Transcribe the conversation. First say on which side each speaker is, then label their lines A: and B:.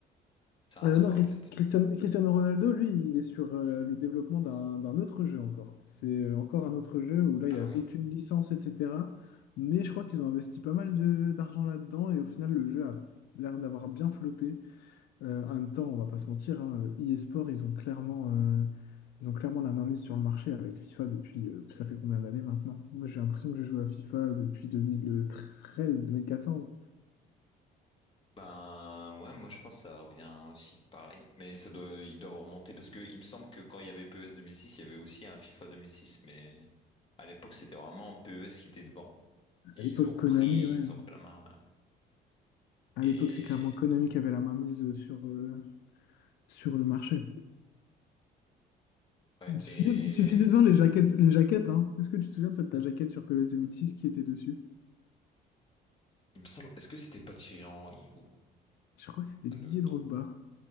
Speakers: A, on the left; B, on the left.
A: Ça
B: Euh,
A: a rien à
B: non,
A: voir,
B: Chris-
A: peut-être.
B: Christian- Cristiano Ronaldo, lui, il est sur euh, le développement d'un d'un autre jeu encore. C'est euh, encore un autre jeu où là,
A: Ah
B: il n'y a
A: oui.
B: aucune licence, etc. Mais je crois qu'ils ont investi pas mal de- d'argent là-dedans et au final, le jeu a l'air d'avoir bien floppé. Euh, en même temps, on va pas se mentir, hein, e-sport, ils ont clairement, euh, ils ont clairement la main mise sur le marché avec FIFA depuis, euh, ça fait combien d'années maintenant? Moi, j'ai l'impression que je joue à FIFA depuis 2013, 2014.
A: Ben ouais, moi je pense que ça revient aussi pareil, mais ça doit, ils doivent remonter parce que il me semble que quand il y avait PES six, il y avait aussi un FIFA deux mille six. mais à l'époque c'était vraiment PES qui était devant et
B: À l'époque,
A: ils ont
B: Konami,
A: pris,
B: ouais.
A: ils
B: hein.
A: ont pris la main. ouais.
B: À
A: Et
B: l'époque, c'est clairement Konami qui avait la main mise euh, sur, euh, sur le marché.
A: Ouais,
B: Il suffisait,
A: et
B: il suffisait de voir les jaquettes, les jaquettes, hein. Est-ce que tu te souviens, toi, de ta jaquette sur P E S 2006 qui était dessus?
A: il me semble, est-ce que c'était pas Thierry Henry ou
B: Je crois que c'était
A: un
B: Didier
A: d'autre?
B: Drogba.